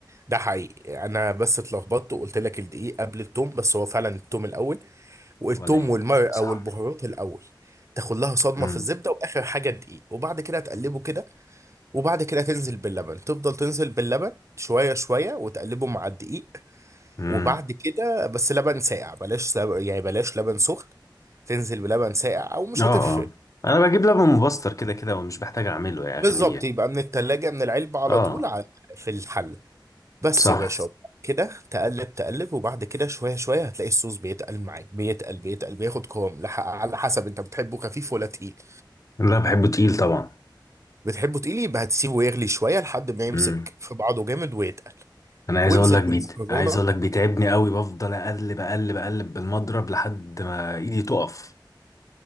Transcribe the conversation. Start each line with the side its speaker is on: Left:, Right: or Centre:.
Right: ده حقيقي انا بس اتلخبطت وقلت لك الدقيق قبل التوم بس هو فعلا التوم الاول والتوم
Left: ولا يهمك
Right: والمرق
Left: يا صاحبي
Right: او البهارات الاول تاخد لها صدمه
Left: امم
Right: في الزبده واخر حاجه الدقيق وبعد كده تقلبه كده وبعد كده تنزل باللبن تفضل تنزل باللبن شويه شويه وتقلبه مع الدقيق
Left: امم
Right: وبعد كده بس لبن ساقع بلاش لبن يعني بلاش لبن سخن تنزل بلبن ساقع او مش
Left: اه اه
Right: هتفرق
Left: انا بجيب لبن مبستر كده كده ومش بحتاج اعمله يا اغليه
Right: بالظبط يبقى من التلاجة من العلبة على
Left: اه
Right: طول ع- في الحل بس
Left: صح
Right: يا باشا كده تقلب تقلب وبعد كده شوية شوية هتلاقي الصوص بيتقل معاك بيتقل بيتقل بياخد قوام لح- على حسب انت بتحبه خفيف ولا تقيل
Left: لا بحبه تقيل طبعا
Right: بتحبه تقيل يبقى هتسيبه يغلي شوية لحد ما يمسك
Left: امم
Right: في بعضه جامد ويتقل
Left: انا عايز
Right: وانزل
Left: اقول لك
Right: بالمكرونة
Left: بيت عايز اقول لك بيتعبني قوي بفضل اقلب اقلب اقلب بالمضرب لحد ما ايدي تقف